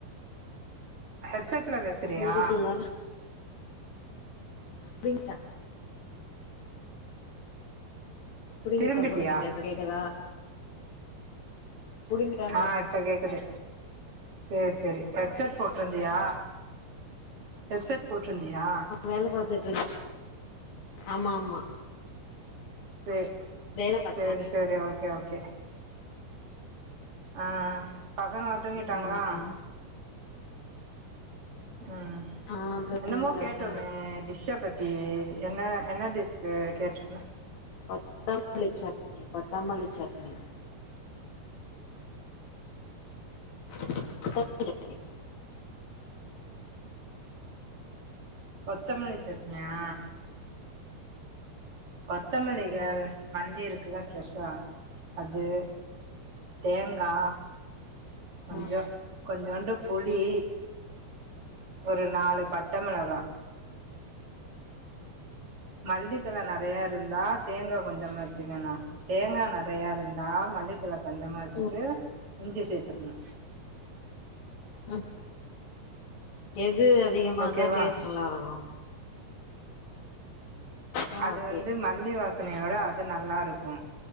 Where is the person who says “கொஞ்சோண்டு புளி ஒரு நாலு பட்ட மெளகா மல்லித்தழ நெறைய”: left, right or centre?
Right